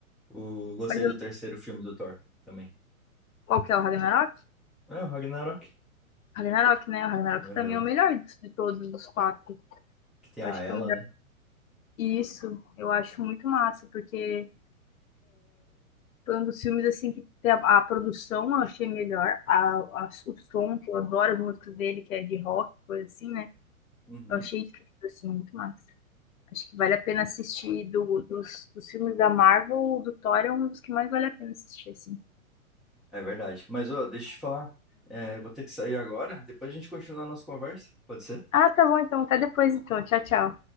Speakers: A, in the centre; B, on the left.
A: O... Gostei
B: Mas eu,
A: do terceiro filme do Thor também.
B: qual que é o Ragnarok?
A: É, o Ragnarok.
B: Ragnarok, né? O Ragnarok
A: Aham.
B: também é o melhor de, de todos os quatro.
A: Que tem
B: Eu
A: a
B: acho
A: Ela,
B: que é o
A: né?
B: Isso, eu acho muito massa, porque foi um dos filmes assim que te- a a produção eu achei melhor, a, a- o som, que eu adoro as músicas dele, que é de rock, coisa assim, né?
A: Uhum.
B: Eu achei incrível, assim, muito massa. Acho que vale a pena assistir do- dos, dos filmes da Marvel, o do Thor é um dos que mais vale a pena assistir, assim.
A: É verdade. Mas, ô, deixa eu te falar. É, eu vou ter que sair agora. Depois a gente continua a nossa conversa. Pode ser?
B: Ah, tá bom, então. Até depois, então. Tchau, tchau.